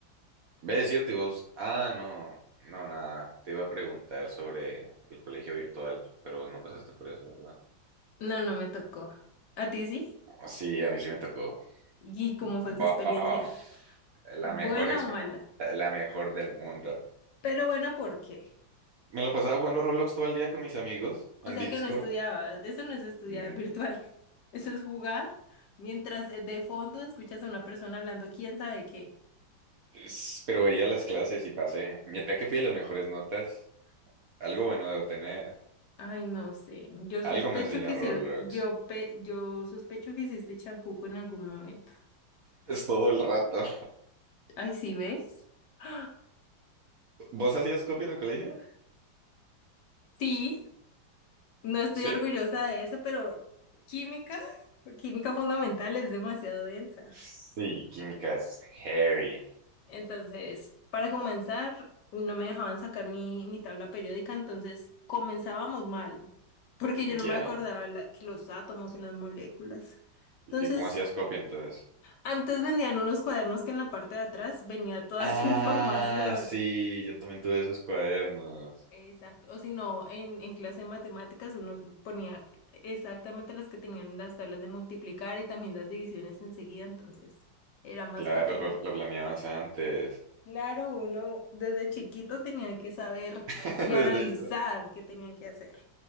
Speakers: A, on the right; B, on the left.
A: Ve, es cierto, y vos, ah, no, no, nada, te iba a preguntar sobre el colegio virtual, pero vos no pasaste por eso, ¿verdad?
B: No, no me tocó. ¿A ti sí?
A: Sí, a mí sí me tocó.
B: ¿Y cómo
A: Baf,
B: fue tu experiencia?
A: la
B: ¿Buena
A: mejor, exp-
B: o mala?
A: la mejor del mundo.
B: Pero buena, ¿por qué?
A: Me la pasaba jugando Roblox todo el día con mis amigos
B: O
A: en
B: sea
A: Discord,
B: que no estudiabas, eso no es estudiar
A: mm,
B: virtual, <laughs> eso es jugar mientras eh, de fondo escuchas a una persona hablando quién sabe qué.
A: s- pero veía las clases y pasé. Mientras que fui a las mejores notas, algo bueno debo tener.
B: Ay, no sé, yo sospecho
A: Algo me enseñó
B: que hicieron,
A: Roblox.
B: yo, pe- yo sospecho que hiciste chancuco en algún momento.
A: Es todo el rato.
B: Ay, ¿sí ves? <gasps>
A: ¿Vos hacías copia en el colegio?
B: Sí, no estoy
A: ¿Sí?
B: orgullosa de eso, pero bueno, química, química fundamental es demasiado densa.
A: Sí, química es heavy.
B: Entonces, para comenzar, no me dejaban sacar mi, mi tabla periódica, entonces comenzábamos mal, porque yo no
A: Ya.
B: me acordaba la- que los átomos y las moléculas. Entonces,
A: ¿Y cómo hacías copia entonces?
B: antes vendían unos cuadernos que en la parte de atrás venía toda
A: Ah,
B: esa <laughs> información.
A: sí, yo también tuve esos cuadernos.
B: Exacto. O si no, en, en clase de matemáticas uno ponía exactamente las que tenían las tablas de multiplicar y también las divisiones enseguida, entonces era más
A: Claro,
B: fácil.
A: lo, lo planeabas antes.
B: Claro, uno desde chiquito tenía que saber
A: <laughs>
B: y
A: Desde,
B: analizar qué tenía que hacer.